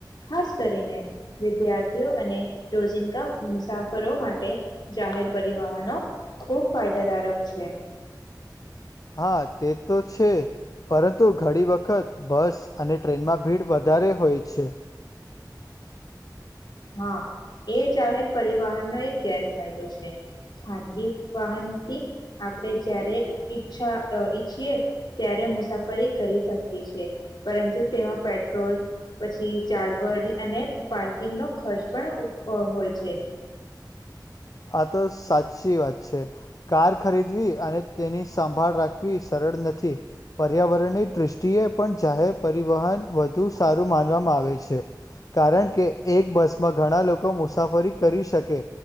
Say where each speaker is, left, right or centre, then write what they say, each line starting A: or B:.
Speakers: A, on the left; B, on the left.
A: ખાસ કરીને વિદ્યાર્થીઓ અને રોજિંન્કા મુસાફરો માટે જાહેર પરિવહનો ખૂબ ફાયદાદારક. છે.
B: હા, તે તો છે પરંતુ ઘણી વખત બસ અને ટ્રેનમાં ભીડ વધારે હોય છે.
A: હા, એ જાહેર પરિવહનનો એક ગેરફાયદો છે, ખાનગી વાહનથી આપડે જ્યારે ઈચછા ઈચ્છીએ ત્યારે મુસાફરી કરી શકીએ છે, પરંતુ તેમાં પેટ્રોલ પછી જાળવળ અને પાર્કિંગનો ખર્ચ પણ હોય છે.
B: આ તો સાચી વાત છે કાર ખરીદવી અને તેની સંભાળ રાખવી સરળ નથી, પર્યાવરણની દ્રષ્ટિએ પણ જાહેર પરિવહન વધુ સારું માનવામાં આવે છે, કારણ કે એક બસમાં ઘણા લોકો મુસાફરી કરી શકે.